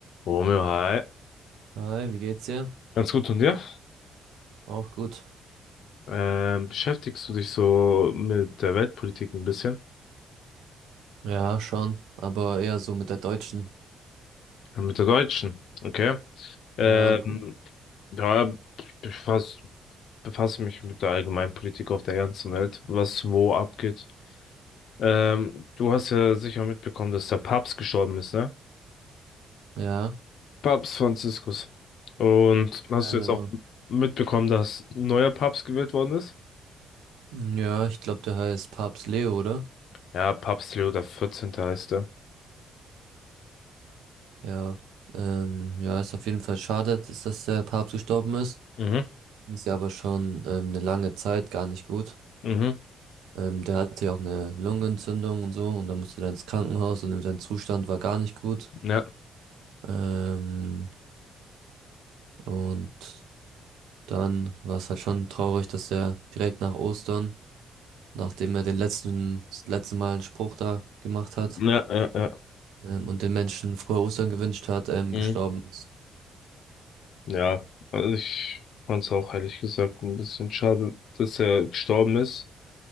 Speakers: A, on the left; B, on the right.
A: Romeo, hi.
B: Hi, wie geht's dir?
A: Ganz gut und dir?
B: Auch gut.
A: Ähm, beschäftigst du dich so mit der Weltpolitik ein bisschen?
B: Ja, schon, aber eher so mit der Deutschen.
A: Ja, Mit der deutschen, okay? Ähm,
B: Ja, und du?
A: ja, ich befass, befasse mich mit der Allgemeinpolitik auf der ganzen Welt, was wo abgeht. Ähm, du hast ja sicher mitbekommen, dass der Papst gestorben ist, ne?
B: Ja.
A: Papst Franziskus. Und hast
B: Keine
A: du jetzt
B: Ahnung.
A: auch mitbekommen, dass ein neuer Papst gewählt worden ist?
B: Ja, ich glaube, der heißt Papst Leo, oder?
A: Ja, Papst Leo der 14. heißt er.
B: Ja. Ähm, ja, ist auf jeden Fall schade, dass dass der Papst gestorben ist.
A: Mhm,
B: Ist ja aber schon ähm, eine lange Zeit gar nicht gut.
A: mhm,
B: Ähm, der hatte ja auch eine Lungenentzündung und so und dann musste er ins Krankenhaus und sein Zustand war gar nicht gut.
A: ja,
B: Ähm, und dann war es halt schon traurig, dass er direkt nach Ostern nachdem er den letzten, das letzte Mal einen Spruch da gemacht hat,
A: ja, ja, ja.
B: ähm, und den Menschen frohe Ostern gewünscht hat, ähm,
A: Mhm.
B: gestorben ist.
A: Ja, also ich fand's auch ehrlich gesagt ein bisschen schade, dass er gestorben ist.